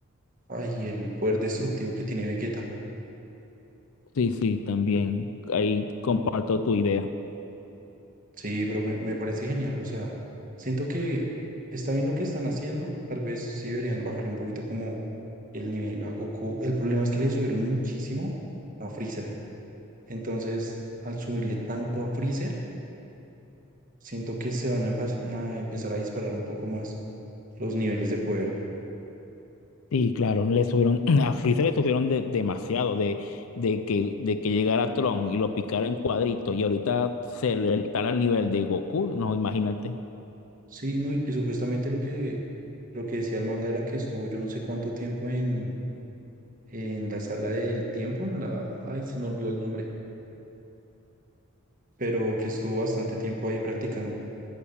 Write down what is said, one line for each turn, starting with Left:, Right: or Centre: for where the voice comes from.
Right: ay, el poder destructivo que tiene Vegeta.
Left: Sí, sí, también. Ahí comparto tu idea.
Right: Sí, pero me, me parece genial. O sea, siento que está bien lo que están haciendo. Tal vez sí deberían bajarle un poquito como el nivel a Goku. El problema es que le subieron muchísimo a Freezer. Entonces, al subirle tanto a Freezer, siento que se van a, empa- a empezar a disparar un poco más los niveles de poder.
Left: Sí, claro, le subieron, <clears throat> a Freezer le subieron de- demasiado de, de que, de que llegara Tron y lo picara en cuadritos y ahorita se le está al nivel de Goku, no, imagínate.
Right: Sí, no, y que supuestamente lo que, lo que decía el manga era que estuvo yo no sé cuánto tiempo en, en la sala del tiempo, en la... Ay, se me olvidó el nombre, pero que estuvo bastante tiempo ahí practicando.